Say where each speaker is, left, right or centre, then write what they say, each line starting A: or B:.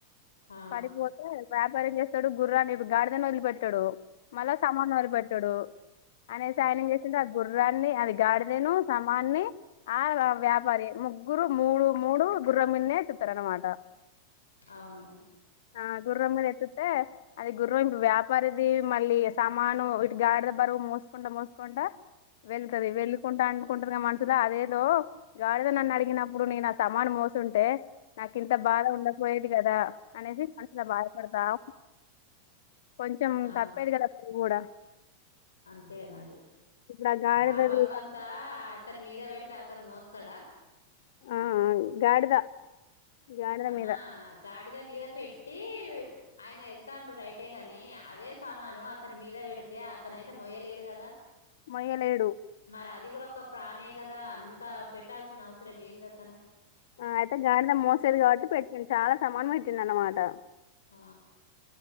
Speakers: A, on the left (about 70°); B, on the left (about 55°).
A: ఆ
B: పడిపోతే వ్యాపారం ఏం చేస్త డు గుర్రాన్ని గాడిదని వదిలిపెట్టాడు మళ్ళా సమాన్ వదిలిపెట్టాడు అనేసి ఆయనేం చేసిండు ఆది గుర్రాన్ని అది గాడిదను సమాన్ని ఆ వ్యాపారి ముగ్గురు మూడు మూడు గుర్రంన్నే చుతారు అనమాట
A: అవును
B: ఆ గుర్రం మీద ఎతు అతే అది గుర్రం ఇప్పు వ్యాపారిది మళ్ళీ సామాను ఇటు గాడిద బరువు మోసుకుంట మోసుకుంట వెళ్తది వెళ్ళకుంటా అనుకుంటురుగా మనుసులో అదేదో గాడిద నన్ను అడిగినప్పుడు నేను నా సమాను మోసుంటే నాకు ఇంత బాధ ఉండపోయేది కదా అనేసి మనుసులో బాధపడతా ఉంట కొంచెం
A: ఆ
B: తప్పేది కదా కూడా
A: అంతే మరి
B: ఇప్పుడు గాడిదది
A: ఆ బరువంతా అతని మీద పెడితే అతను మోస్త స్తడా
B: ఆ గాడిద గాడిద
A: ఆహా
B: మీద
A: గా డిద మీద పెట్టి ఆయన వెళ్తాడు రైటే గాని అదే సామాను అతని మీద పెడితే అతన అయితే మోయలేడు కదా
B: మొయలేడు
A: మరి అది కూడా ఒక ప్రాణే కదా అంత పెట్టాల్సిన అవసరం ఏంది అతను
B: ఆ అయితే గాడిద మోసేది కాబట్టి పెట్టింది చాలా సామాన్ పెట్టిండు అనమాట
A: ఆ